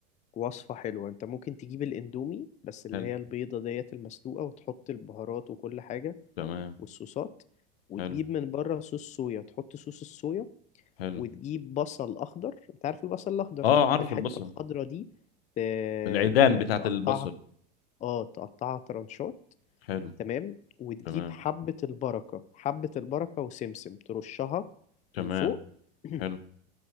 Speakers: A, on the left; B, on the left.
A: وصفة حلوة انت ممكن تجيب الاندومي بس اللي
B: حلو
A: هي البيضة ديت المسلوقة وتحط البهارات وكل حاجة
B: تمام
A: والصوصات وتجيب
B: حلو
A: من بره صوص صويا تحط صوص الصويا
B: حلو
A: وتجيب بصل اخضر انت عارف البصل الاخضر
B: اه
A: تجيب
B: عارف
A: الحتة
B: البصل
A: الخضرا دي ت-
B: العيدان بتاعت
A: تقطعها
B: البصل
A: اه تقطعها ترانشات
B: حلو
A: تمام وتجيب
B: تمام
A: حبة البركة حبة البركة وسمسم ترشها
B: تمام
A: من فوق <clears throat>
B: حلو